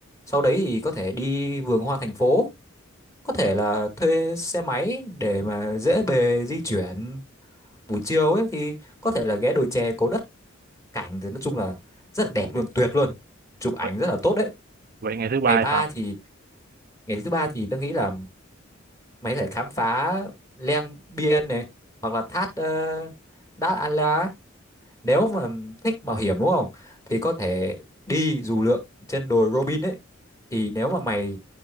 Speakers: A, on the left; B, on the right.
A: sau đấy thì có thể đi vườn hoa thành phố có thể là thuê xe máy để mà dễ bề di chuyển buổi chiều ấy thì có thể là ghé đồi chè cố Đất cảnh thì nói chung là rất là đẹp luôn tuyệt luôn chụp ảnh
B: vậy,
A: rất là tốt đấy
B: vậy ngày thứ ba
A: ngày ba
B: thì sao
A: thì ngày thứ ba thì tôi nghĩ là mày có thể khám phá Lang Biên này hoặc là thác uh, Đát An La ấy. nếu mà thích mạo hiểm đúng không thì có thể đi dù lượn trên đồi Robin ấy thì nếu mà mày